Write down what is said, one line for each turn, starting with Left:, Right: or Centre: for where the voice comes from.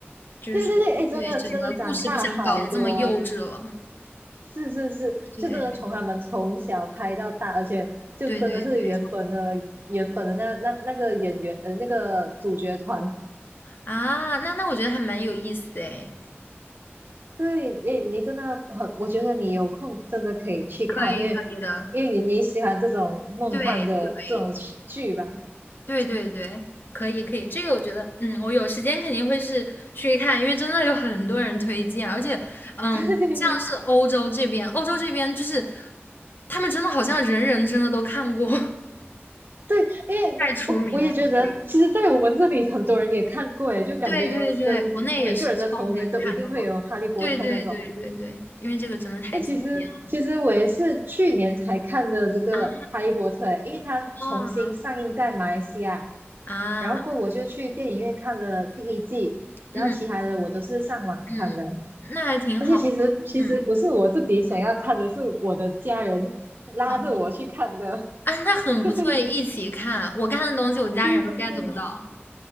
Left: 就是说，
Right: 对对对，哎，真的真的长大好多，
Left: 对，整个故事不想搞得这么幼稚了。
Right: 是是是，
Left: 对
Right: 就真的从他们从小拍到大，而且就真的是原本的原本的那那那个演员呃那个主角团，
Left: 对对对。啊，那那我觉得还蛮有意思哎，
Right: 对，你你真的很，我觉得你有空真的可以去看，
Left: 可以可以的，
Right: 因为因为你你喜欢这种梦幻的这种剧吧，
Left: 对对对对对，可以可以，这个我觉得，嗯，我有时间肯定会是去看，因为真的有很多人推荐，而且，嗯，
Right: <laughs> 对。
Left: 像是欧洲这边，欧洲这边就是他们真的好像人人真的都看过，<laughs>
Right: 对，因为我我也觉得，
Left: 太出名了，对
Right: 其实，在我们这里很多人也看过，诶，就感觉跟每个人的童年都一定会有《哈利波特》那种。
Left: 对对对，国内也是超多人看过。对对对对对，因为这个真的太经典了
Right: 诶，其实其实我也是去年才看的这个《哈利波特》，
Left: 啊！
Right: 因为它重新上映在马来西亚，
Left: 哦啊，
Right: 然后过后我就去电影院看了第一季，然后其他的我都是上网看的。
Left: 嗯，嗯，那还挺好的。
Right: 而且其实其实不是我自己想要看的，
Left: 嗯，
Right: 是我的家人拉着我去看的。
Left: 哦，啊，那很不错，
Right: <laughs> 对
Left: 一起看。我看的东西，我家人都
Right: 对对对。
Left: get 不到。